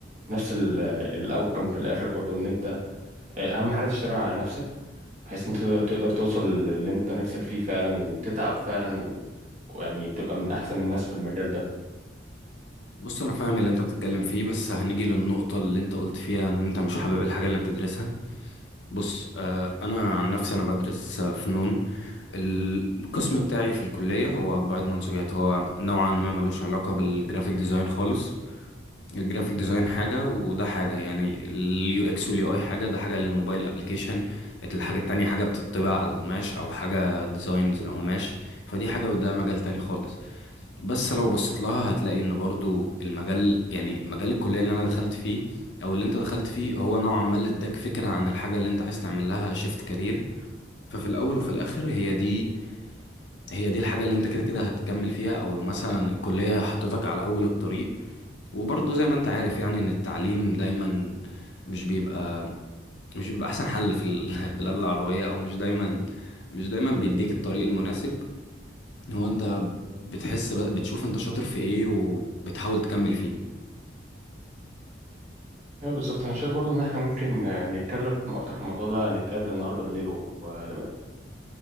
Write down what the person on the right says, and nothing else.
نفس الاوتكم في الاخر برضو ان انت اهم حاجه تشتغل على نفسك بحيث انت تقدر توصل للي انت نفسك فيه فعلا وتتعب فعلا و... ويعني تبقى من احسن الناس في المجال ده
ايوه بالظبط انا شايف برضو ان احنا ممكن آه، نتكلم اكتر في الموضوع ده نتقابل النهارده بالليل ونبقى